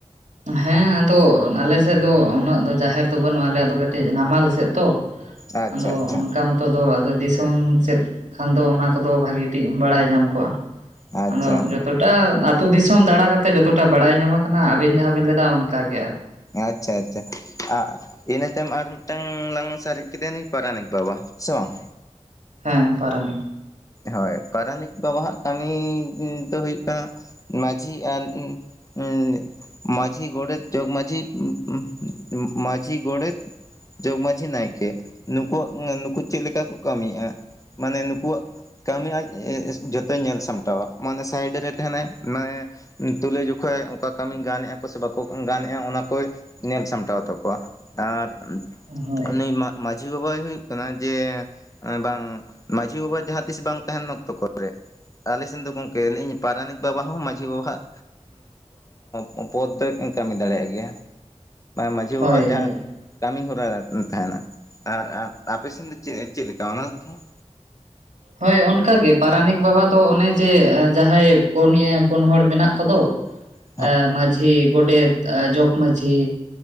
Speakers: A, on the right; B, on the left.
A: ᱦᱮᱸ ᱟᱫᱚ ᱟᱞᱮ ᱥᱮᱫ ᱫᱚ ᱩᱱᱟᱹᱜ ᱫᱚ ᱡᱟᱦᱮᱨ ᱫᱚ ᱵᱟᱹᱱᱩᱜᱼᱟ ᱟᱞᱮᱭᱟᱜ ᱫᱚ ᱠᱟᱹᱴᱤᱡ ᱱᱟᱢᱟᱞ ᱥᱮᱫ ᱛᱚ
B: ᱟᱪᱪᱷᱟ
A: ᱟᱫᱚ
B: ᱟᱪᱪᱷᱟ
A: ᱚᱱᱠᱟ ᱠᱚᱫᱚ ᱟᱫᱚ ᱫᱤᱥᱚᱢ ᱥᱮᱫ ᱠᱷᱟᱱ ᱫᱚ ᱚᱱᱟ ᱠᱚᱫᱚ ᱵᱷᱟᱹᱜᱤ ᱴᱷᱤᱠ ᱵᱟᱲᱟᱭ ᱧᱟᱢ ᱠᱚᱜᱼᱟ
B: ᱟᱪᱪᱷᱟ
A: ᱟᱫᱚ ᱡᱚᱛᱚᱴᱟ ᱟᱹᱛᱩ ᱫᱤᱥᱚᱢ ᱫᱟᱬᱟ ᱠᱟᱛᱮ ᱡᱚᱛᱚᱴᱟ ᱵᱟᱲᱟᱭ ᱧᱟᱢ ᱠᱟᱱᱟ ᱟᱵᱤᱱ ᱡᱟᱦᱟᱸ ᱵᱮᱱ ᱞᱮᱫᱟ ᱚᱱᱠᱟᱜᱮ
B: ᱟᱪᱪᱷᱟ ᱟᱪᱪᱷᱟ <unintelligible> ᱤᱱᱟᱹ ᱛᱟᱭᱚᱢ ᱟᱨ ᱢᱤᱫᱴᱟᱝ ᱞᱟᱝ ᱥᱟᱨᱮᱡ ᱠᱮᱫᱮᱭᱟ ᱱᱩᱭ ᱯᱟᱨᱟᱱᱤᱠ ᱵᱟᱵᱟ ᱥᱮ ᱵᱟᱝ
A: ᱦᱮᱸ ᱯᱟᱨᱟᱱᱤᱠ
B: ᱦᱳᱭ ᱯᱟᱨᱟᱱᱤᱠ ᱵᱟᱵᱟᱣᱟᱜ ᱠᱟᱹᱢᱤ ᱫᱚ ᱦᱩᱭᱩᱜ ᱠᱟᱱᱟ ᱢᱟᱺᱡᱷᱤ ᱟᱨ ᱩᱸ ᱟᱸ ᱢᱟᱡᱷᱤ ᱜᱚᱰᱮᱛ ᱡᱚᱜᱽ ᱢᱟᱡᱷᱤ ᱩᱸ ᱩᱸ ᱢᱟᱺᱡᱷᱤ ᱜᱚᱰᱮᱛ ᱡᱚᱜᱽ ᱢᱟᱺᱡᱷᱤ ᱱᱟᱭᱠᱮ ᱱᱩᱠᱩᱣᱟᱜ ᱱᱩᱠᱩ ᱪᱮᱫ ᱞᱮᱠᱟ ᱠᱚ ᱠᱟᱹᱢᱤᱭᱼᱟ ᱢᱟᱱᱮ ᱱᱩᱠᱩᱣᱟᱜ ᱠᱟᱹᱢᱤ ᱟᱡ ᱡᱚᱛᱚᱭ ᱧᱮᱞ ᱥᱟᱢᱴᱟᱣᱟ ᱢᱟᱱᱮ ᱥᱟᱭᱤᱰ ᱨᱮ ᱛᱟᱦᱮᱱᱟᱭ ᱢᱟᱱᱮ ᱛᱩᱞᱟᱹᱡᱚᱠᱷᱟ ᱚᱠᱟ ᱠᱟᱹᱢᱤ ᱜᱟᱱᱮᱜᱼᱟ ᱠᱚ ᱥᱮ ᱵᱟᱠᱚ ᱜᱟᱱᱮᱜᱼᱟ ᱚᱱᱟ ᱠᱚᱭ ᱧᱮᱞ ᱥᱟᱢᱴᱟᱣ ᱛᱟᱠᱚᱣᱟ ᱟᱨ
A: ᱦᱳᱭ
B: ᱩᱱᱤ ᱢᱟᱺᱡᱷᱤ ᱵᱟᱵᱟᱭ ᱦᱩᱭᱩᱜ ᱠᱟᱱᱟ ᱡᱮ ᱵᱟᱝ ᱢᱟᱺᱡᱷᱤ ᱵᱟᱵᱟ ᱡᱟᱸᱦᱟ ᱛᱤᱥ ᱵᱟᱝ ᱛᱟᱦᱮᱱ ᱚᱠᱛᱚ ᱠᱚᱨᱮ ᱟᱞᱮ ᱥᱮᱱ ᱫᱚ ᱜᱚᱝᱠᱮ ᱞᱟᱹᱭᱤᱧ ᱯᱟᱨᱟᱱᱤᱠ ᱵᱟᱵᱟ ᱦᱚᱸ ᱢᱟᱺᱡᱷᱤ ᱵᱟᱵᱟᱦᱟᱜ ᱦᱚᱸ ᱯᱚᱫᱽ ᱫᱚᱭ ᱠᱟᱹᱢᱤ ᱫᱟᱲᱮᱭᱟᱜ ᱜᱮᱭᱟ ᱢᱟᱺᱡᱷᱤ ᱵᱟᱵᱟᱣᱟᱜ
A: ᱦᱳᱭ
B: ᱡᱟᱦᱟᱸ
A: ᱦᱳᱭ
B: ᱠᱟᱹᱢᱤ ᱦᱚᱨᱟ ᱛᱟᱦᱮᱱᱟ ᱟᱨ ᱟᱸ ᱟᱸ ᱟᱯᱮᱥᱮᱱ ᱫᱚ ᱪᱮᱫ ᱞᱮᱠᱟ ᱚᱱᱟᱫᱚ ᱦᱟᱸᱜ
A: ᱦᱳᱭ ᱚᱱᱠᱟ ᱜᱮ ᱯᱟᱨᱟᱱᱤᱠ ᱵᱟᱵᱟ ᱫᱚ ᱚᱱᱮ ᱡᱮ ᱡᱟᱦᱟᱸᱭ ᱯᱩᱱᱭᱟ, ᱯᱩᱱ ᱦᱚᱲ ᱢᱮᱱᱟᱜ ᱠᱚᱫᱚ
B: <inaudible>
A: ᱟ ᱢᱟᱺᱡᱷᱤ ᱜᱚᱰᱮᱛ ᱟ ᱡᱚᱜᱽ ᱢᱟᱺᱡᱷᱤ